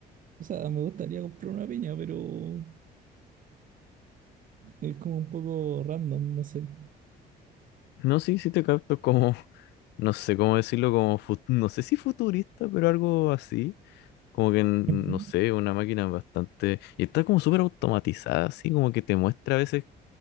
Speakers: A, on the right; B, on the left.
A: O sea, me gustaría comprar una piña, pero Es como un poco random, no sé.
B: No, sí, sí te capto como no sé cómo decirlo, como, fut- no sé si futurista, pero algo así. Como que, n-
A: Ujú.
B: no sé, una máquina bastante... Y está como súper automatizada, así como que te muestra a veces